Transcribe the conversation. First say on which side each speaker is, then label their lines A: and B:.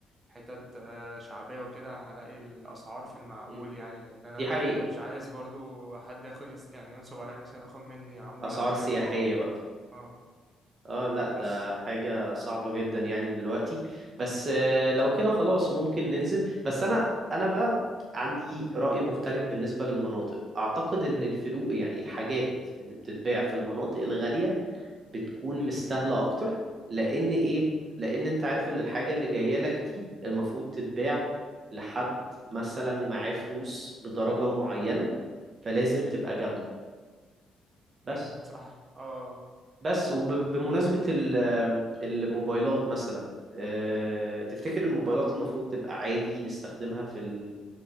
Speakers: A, on the right; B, on the right.
A: حتت آه، شعبيه وكده هلاقي الاسعار في المعقول
B: مم.
A: يعني لان انا
B: دي حقيقة
A: مش عايز برضو حد ياخد يعني ينصب عليا مثلا ياخد مني عموله
B: اسعار
A: زياده
B: سياحية
A: فاهم
B: بقى
A: اه
B: اه لا ده
A: بس
B: حاجة صعبة جدا يعني دلوقتي بس آه، لو كده خلاص ممكن ننزل بس انا انا بقى عندي رأي مختلف بالنسبة للمناطق اعتقد ان الفلوق يعني الحاجات اللي بتتباع في المناطق الغالية بتكون مستاهلة أكتر لأن إيه لأن أنت عارف إن الحاجة اللي جاية لك دي المفروض تتباع لحد مثلا معاه فلوس بدرجة معينة فلازم تبقى جامدة بس
A: امم صح اه آه.
B: بس وبمناسبة الموبايلات مثلا آه، تفتكر الموبايلات المفروض تبقى عادي نستخدمها في ال...